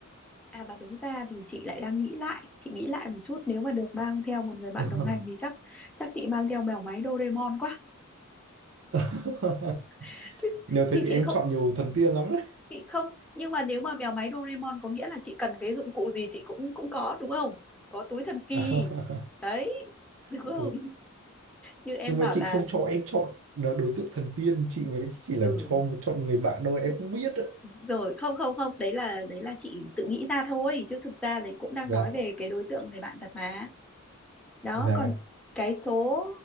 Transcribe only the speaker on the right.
không
<laughs>
Nếu
thế thì
em
chọn nhiều thần tiên lắm đấy.
<laughs>
ừ.
Nhưng
mà chị
không cho em chọn là đối tượng thần tiên, chị mới chỉ là
cho một chọn một người bạn thôi, em không biết ạ.
Dạ,
dạ,